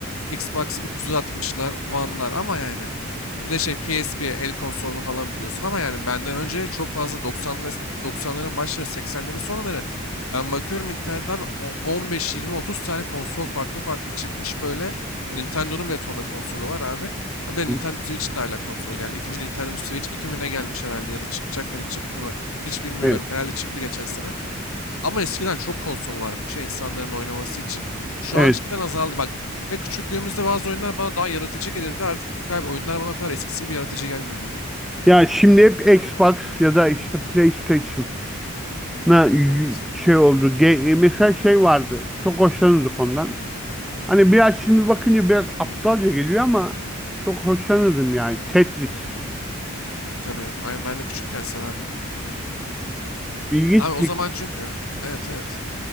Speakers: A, on the left (about 75°); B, in the centre.
A: Xbox 360'lar, One'lar ama yani bir de şey PSP el konsolunu falan biliyorsun ama yani benden önce çok fazla 90 ve 90'ların başları, 80'lerin sonları ben bakıyorum internette abi o- 15, 20, 30 tane konsol farklı farklı çıkmış böyle. O Nintendo'nun bile tonla konsolu var abi. Ya bir de
B: Hı,
A: Nintendo Switch de hala konsola geldi. İkinci Nintendo Switch 2000'e gelmiş herhalde ya da çıkacak mıydı çıktı mı hiç bilmiyorum.
B: Evet.
A: Herhalde çıktı geçen sene. Ama eskiden çok konsol varmış ya insanların oynaması için. Şu
B: Evet.
A: an cidden azaldı bak. Ve küçüklüğümüzde bazı oyunlar bana daha yaratıcı gelirdi. Artık galiba oyunlar bana o kadar eskisi gibi yaratıcı gelmiyor ya.
B: Ya şimdi hep Xbox ya da işte PlayStation. na
A: Evet.
B: şey oldu. Ge- mesela şey vardı. Çok hoşlanırdık ondan. Hani biraz şimdi bakınca biraz aptalca geliyor ama çok hoşlanırdım yani. Tetris.
A: Tabii. Aynen ben de küçükken severdim.
B: İlginç
A: Abi
B: bir
A: o
B: şekilde,
A: zaman çünkü evet evet.